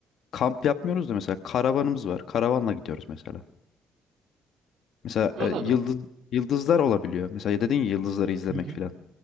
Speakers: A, on the left; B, on the right.
A: kamp yapmıyoruz da mesela karavanımız var. Karavanla gidiyoruz mesela. Mesela
B: Anladım.
A: e, yıldız yıldızlar olabiliyor. Mesela dedin ya yıldızları izlemek
B: Hı hı.
A: filan.